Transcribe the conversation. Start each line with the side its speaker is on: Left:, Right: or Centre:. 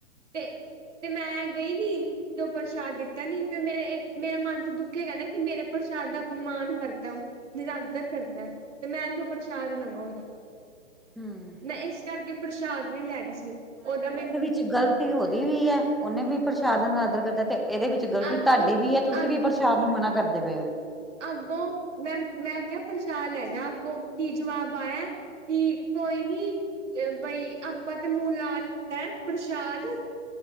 Right: ਤੇ ਤੇ ਮੈਂ ਗਈ ਨੀ ਤੇ ਉਹ ਪ੍ਰਸ਼ਾਦ ਦਿੱਤਾ ਨੀ, ਫਿਰ ਮੇਰੇ ਮੇਰਾ ਮਨ ਤੇ ਦੁਖੇਗਾ ਨਾ, ਕਿ ਮੇਰੇ ਪ੍ਰਸ਼ਾਦ ਦਾ ਅਪਮਾਨ ਕਰਦਾ ਨਿਰਾਦਰ ਕਰਦਾ ਹੈ, ਤੇ ਮੈਂ ਕਿਉਂ ਪ੍ਰਸ਼ਾਦ ਲਵਾਂ ਉਹਦਾ
Centre: ਹੂੰ
Right: ਮੈਂ ਇਸ ਕਰਕੇ ਪ੍ਰਸ਼ਾਦ ਵੀ ਲੈਗੀ ਸੀ, ਉਹਦਾ ਮੈਨੂੰ
Centre: ਤੇ ਗ਼ਲਤੀ ਉਹਦੀ ਵੀ ਹੈ, ਉਹਨੇ ਵੀ ਪ੍ਰਸ਼ਾਦਨਦਰ ਕਰਦਾ, ਤੇ ਇਹਦੇ ਵਿੱਚ ਤੇ ਗਲਤੀ
Right: ਅੱਗੋਂ
Centre: ਤੁਹਾਡੀ ਵੀ ਹੈ, ਤੁਸੀਂ
Right: ਅੱਗੋਂ
Centre: ਵੀ ਪ੍ਰਸ਼ਾਰ ਨੂੰ ਮਨਾ ਕਰਦੇ ਪਏ ਹੋ
Right: ਅੱਗੋਂ, ਮੈਂ ਮੈਂ ਕਿਹਾ ਪ੍ਰਸ਼ਾਦ ਲੈ ਜਾ, ਅੱਗੋਂ ਕੀ ਜਵਾਬ ਆਇਆ ਕੀ ਕੋਈ ਨੀ, ਬਈ ਆਪਾਂ ਤੇ ਮੂੰਹ ਲਾ ਲਿੱਤਾ ਪ੍ਰਸ਼ਾਦ